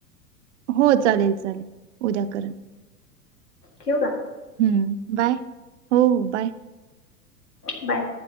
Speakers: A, on the right; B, on the left.
A: हो चालेल चालेल उद्यां करां.
B: ठेऊ कां?
A: हम्मं बांय हो बांय.
B: बांय